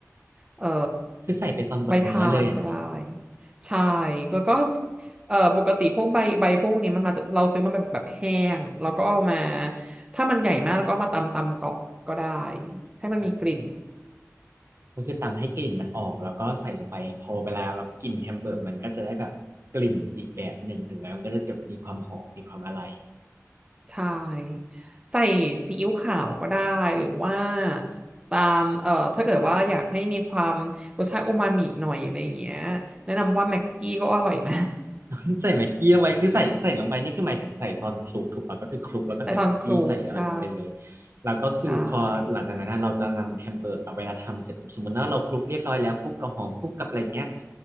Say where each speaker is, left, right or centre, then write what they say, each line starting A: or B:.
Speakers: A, on the right; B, on the right.
A: เอ่อ
B: คือใส่ไปตอนบดเนื้อเลยอะนะ
A: ใบทานก็ได้ใช่แล้วก็เอ่อปกติพวกใบใบพวกนี้มันมาจากเราซื้อมันแบบแบบแห้งแล้วก็เอามาถ้ามันใหญ่มากแล้วก็เอามาตำตำก่อนก็ได้ให้มันมีกลิ่น
B: อ่าก็คือตำให้กลิ่นมันออกแล้วก็ใส่ลงไปพอเวลาเรากินแฮมเบอร์เกอร์มันก็จะได้แบบกลิ่นอีกแบบหนึ่งถึงแม้มันก็จะแบบมีความหอมมีความอะไร
A: ใช่ใส่ซีอิ๊วขาวก็ได้หรือว่าตามเอ่อถ้าเกิดว่าอยากให้มีความรสชาติโอมามิหน่อยอะไรอย่างเงี้ยแนะนำว่าแม็กกี้ก็อร่อยนะ
B: <laughs> ใส่แม็กกี้ลงไปคือใส่ใส่ลงไปนี่คือหมายถึงใส่ตอนคลุกถูกป่ะก็คือคลุกแล้วก็ใส่แม็กกี้ใส่อะไรลงไปเลย
A: <laughs> แต่ตอนคลุกใช่
B: แล้วก็คือพอหลังจากนั้นนะเราจะนำแฮมเบอร์กเอาเวลาทำเสร็จปุ๊บสมมติว่าเราคลุกเรียบร้อยแล้วคลุกกับหอมคลุกกับอะไรเงี้ย
A: ใช่